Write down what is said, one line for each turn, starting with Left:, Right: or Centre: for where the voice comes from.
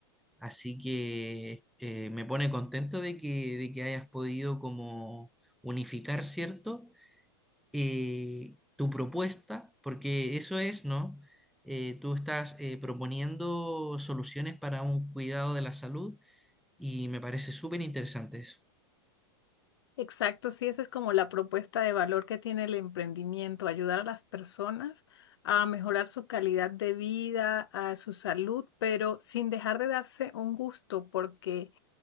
Centre: Así que eh, me pone contento de que, de que hayas podido como unificar, ¿cierto? eh, tu propuesta, porque eso es, ¿no? Eh, tú estás eh, proponiendo soluciones para un cuidado de la salud y me parece súper interesante eso.
Left: Exacto, sí, esa es como la propuesta de valor que tiene el emprendimiento, ayudar a las personas a mejorar su calidad de vida, a su salud, pero sin dejar de darse un gusto, porque